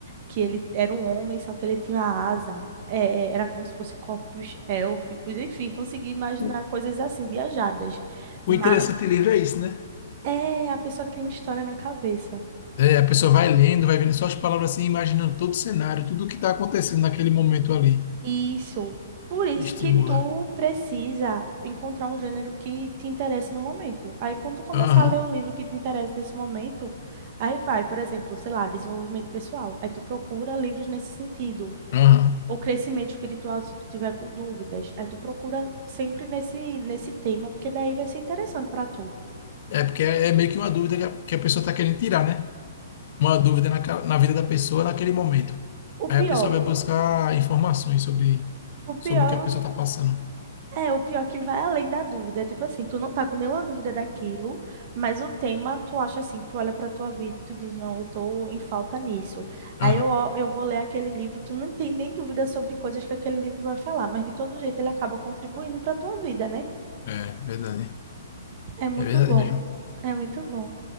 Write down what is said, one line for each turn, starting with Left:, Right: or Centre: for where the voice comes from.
Right: que ele era um homem, só que ele tinha asa. É, é, era como se fosse corpos élficos, enfim, consegui imaginar
Left: O,
Right: coisas assim, viajadas. Mas
Left: o interessante livro é isso, né?
Right: é, a pessoa cria uma história na cabeça.
Left: É, a pessoa vai lendo, vai vendo só as palavras assim, imaginando todo o cenário, tudo o que está acontecendo naquele momento ali.
Right: Isso. Por isso
Left: Estimula.
Right: que tu precisa encontrar um gênero que te interesse no momento. Aí, quando tu começar
Left: Aham,
Right: a ler o livro que te interessa nesse momento, aí vai, por exemplo, sei lá, desenvolvimento pessoal. Aí tu procura livros nesse sentido.
Left: aham.
Right: Ou crescimento espiritual, se tu tiver com dúvidas. Aí tu procura sempre nesse, nesse tema, porque daí vai ser interessante para tu.
Left: É porque é, é meio que uma dúvida que a, que a pessoa está querendo tirar, né? Uma dúvida na, ca- na vida da pessoa naquele momento.
Right: O pior,
Left: Aí a pessoa vai buscar informações sobre,
Right: o pior
Left: sobre o que a pessoa está passando.
Right: É, o pior que vai além da dúvida. É tipo assim, tu não tá com nenhuma dúvida daquilo, mas o tema tu acha assim, tu olha pra tua vida e tu diz, não, eu tô em falta nisso. Aí
Left: Aham.
Right: eu, ó- eu vou ler aquele livro, tu não tem nem dúvida sobre coisas que aquele livro vai falar, mas de todo jeito ele acaba contribuindo pra tua vida, né?
Left: É verdade.
Right: É muito
Left: É verdade
Right: bom.
Left: mesmo.
Right: É muito bom.